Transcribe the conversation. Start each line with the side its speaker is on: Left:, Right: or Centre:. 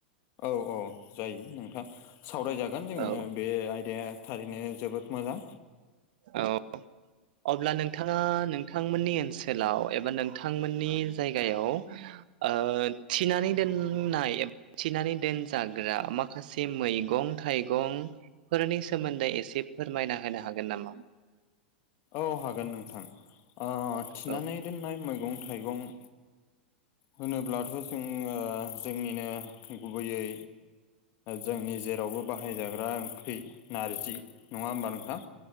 Left: औ औ जायो नोंथां सावरायजागोन जोङो
Right: औ
Left: बे आयदाया थारैनो जोबोद मोजां
Right: औ अब्ला नोंथाङा नोंथांमोननि ओनसोलाव एबा नोंथांमोननि जायगायाव ओ थिनानै दोननाय थिनानै दोनजाग्रा माखासे मैगं थाइगं फोरनि सोमोन्दै एसे फोरमायना होनो हागोन नामा
Left: औ हागोन नोंथां। ओ थिनानै
Right: औ
Left: दोननाय मैगं -थाइगं होनोब्लाथ' जोङो जोंनिनो गुबैयै जोंनि जेरावबो बाहायजाग्रा ओंख्रि नारजि नङा होमबा नोंथां?